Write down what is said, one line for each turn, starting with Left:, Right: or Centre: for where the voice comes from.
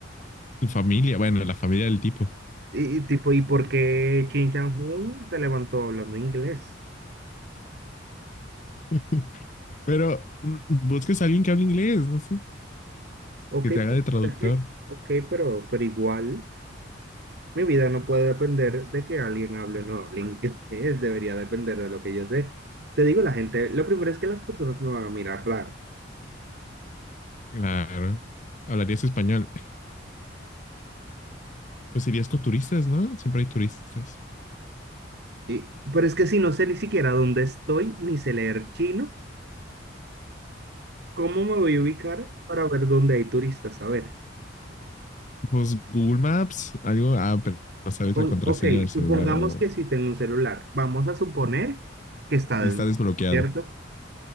Left: Tu familia, bueno, la familia del tipo.
Right: Y, y tipo, ¿y por qué Chin Chan Hun se levantó hablando inglés?
Left: <laughs> Pero mm, busques a alguien que hable inglés, no sé,
Right: Ok,
Left: que te haga
Right: pero
Left: de traductor.
Right: es que, ok, pero, pero igual mi vida no puede depender de que alguien hable o no hable inglés. <laughs> Debería depender de lo que yo sé. Te digo, la gente, lo primero es que las personas me van a mirar raro.
Left: Claro. Hablarías español. Pues irías con turistas, ¿no? Siempre hay turistas.
Right: Y, pero es que si no sé ni siquiera dónde estoy, ni sé leer chino, ¿cómo me voy a ubicar para ver dónde hay turistas? A ver.
Left: Pues Google Maps, algo. Ah, pero no sabes
Right: Un-
Left: la contraseña
Right: ok,
Left: del
Right: supongamos
Left: celular o.
Right: que si tengo un celular, vamos a suponer que está
Left: Y
Right: desbloqueado,
Left: está desbloqueado.
Right: ¿cierto?